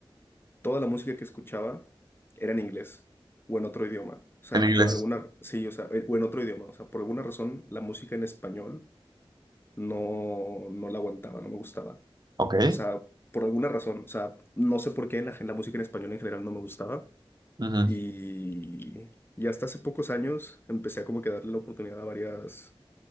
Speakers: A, on the left (about 25°); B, on the right (about 45°).
A: toda la música que escuchaba era en inglés o en otro idioma. O sea,
B: En inglés.
A: por alguna, sí, o sea, eh, o en otro idioma. O sea, por alguna razón la música en español no, no la aguantaba, no me gustaba. O
B: Ok.
A: sea, por alguna razón, o sea, no sé por qué la, gen- la música en español en general no me gustaba.
B: Ujú,
A: Y, y hasta hace pocos años empecé a como que darle la oportunidad a varias